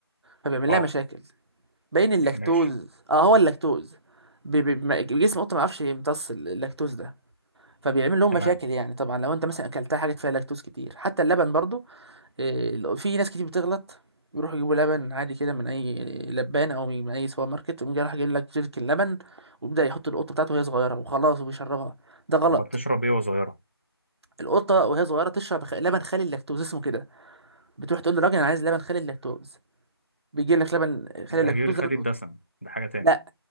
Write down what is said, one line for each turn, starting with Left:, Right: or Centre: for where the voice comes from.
Right: فبيعمل
Left: اه
Right: لها مشاكل بين اللاكتوز
Left: ماشي
Right: اه هو اللاكتوز بي- بي- ما- جسم القطه ما بيعرفش يمتص اللاكتوز ده فبيعمل لهم
Left: تمام
Right: مشاكل يعني طبعا لو انت مثلا اكلتها حاجه فيها لاكتوز كتير حتى اللبن برضو إيه، لو- في ناس كتير بتغلط بيروحوا يجيبوا لبن عادي كده من اي لبان او من اي سوبر ماركت ويقوم جاي راح جايب لك جيركن لبن ويبدا يحط القطه بتاعته وهي صغيره وخلاص وبيشربها ده غلط
Left: طب ما بتشرب ايه وهي صغيره
Right: القطه وهي صغيره تشرب خ- لبن خالي اللاكتوز اسمه كده بتروح تقول للراجل انا عايز لبن خالي اللاكتوز بيجيب لك لبن خالي
Left: ده
Right: اللاكتوز
Left: غير خالي
Right: ده للقطة.
Left: الدسم ده حاجه تاني
Right: لا